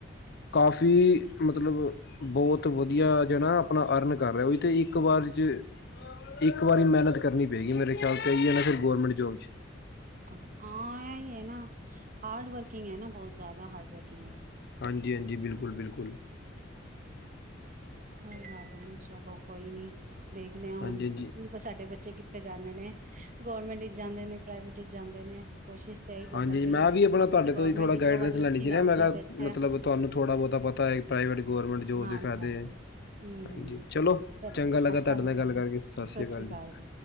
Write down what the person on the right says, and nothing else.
ਹਾਂ, ਇਹੀ ਗੱਲ ਹੈ ਨਾ ਹਾਰਡ ਵਰਕਿੰਗ ਆ ਬਹੁਤ ਜਿਆਦਾ ਹਾਰਡ ਵਰਕਿੰਗ ਆ।
ਕੋਈ ਗੱਲ ਨਹੀਂ ਚਲੋ ਕੋਈ ਨਹੀਂ, ਦੇਖਦੇ ਹਾਂ ਹੁਣ
ਸਾਡੇ ਬੱਚੇ ਕਿੱਥੇ ਜਾਂਦੇ ਨੇ ਗੌਰਮੈਂਟ ਵਿੱਚ ਜਾਂਦੇ ਨੇ ਪ੍ਰਾਈਵੇਟ ਵਿੱਚ ਜਾਂਦੇ ਨੇ ਕੋਸ਼ਿਸ਼ ਤਾਂ ਇਹੀ ਕਰਨ
ਲੱਗ ਗਈ
ਹੈ ਕਿ
ਗੌਰਮੈਂਟ
ਇੱਕੋ
ਵਾਰੀ ਅੱਛੀ
ਲੱਗ
ਜਾਏ
ਤੇ ਅੱਛਾ
ਹੈ
ਹਾਂਜੀ
ਹਾਂਜੀ ਹਮ
ਹਮ
ਚਲੋ
ਜੀ
ਅੱਛਾ
ਲੱਗਿਆ
ਜੀ
ਜੀ